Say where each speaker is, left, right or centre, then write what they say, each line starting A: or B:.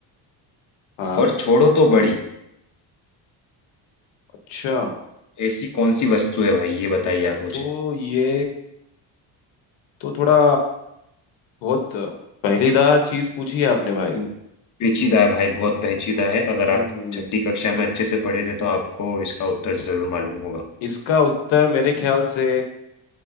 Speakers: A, on the left (about 80°); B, on the left (about 40°).
A: हाँ
B: और छोड़ो तो बड़ी
A: अच्छा
B: ऐसी कौन सी वस्तु है भाई ये बताइए आप मुझे
A: तो ये तो थोड़ा बहुत पहेलीदार चीज पूछी है आपने भाई
B: हम्म, पेचीदा है भाई बहुत पेचीदा है अगर
A: हम्म
B: आप छठी कक्षा में अच्छे से पढ़े थे तो आपको इसका उत्तर जरूर मालूम होगा
A: इसका उत्तर मेरे ख्याल से